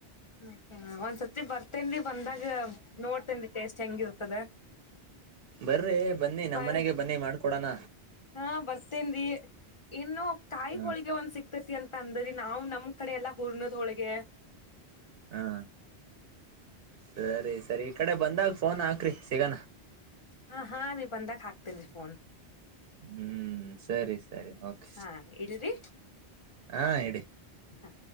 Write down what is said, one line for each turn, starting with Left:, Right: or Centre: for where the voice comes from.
Left: ಹ ಹ ಒಂದ್ಸತಿ ಬರ್ತೇನ್ರಿ ಬಂದಾಗ ನೋಡ್ತೇನ್ರೀ ಟೇಸ್ಟ್ ಹೆಂಗಿರ್ತದ.
Right: ಬರ್. ಬನ್ನಿ
Left: ಬ
Right: ನಮ್ಮನೆಗೆ ಬನ್ನಿ ಮಾಡ್ಕೊಡನಾ.
Left: ಹಾ ಬರ್ತೇನ್ರಿ ಇನ್ನು ಕಾಯಿ
Right: ಹ
Left: ಹೋಳಿಗೆ ಒಂದ್ ಸಿಕ್ತೇತಿ ಅಂತ್. ತಂದರಿ ನಾವು ನಮ್ ಕಡೆ ಎಲ್ಲಾ ಹುರ್ನದ ಹೊಳಗೆ.
Right: ಹಾ ಸರಿ ಸರಿ ಈಕಡೆ ಬಂದಾಗ ಫೋನ್ ಹಾಕ್ರಿ ಸಿಗಣಾ.
Left: ಹಾ ಹಾ ರೀ ಬಂದಾಗ್ ಹಾಕ್ತೇನ್ರಿ ಫೋನ್.
Right: ಹ್ಮ್ ಸರಿ ಸರಿ ಓಕೆ
Left: ಹಾ ಇಡ್ಲ್ರಿ
Right: ಆ ಇಡಿ.
Left: ಹಾ.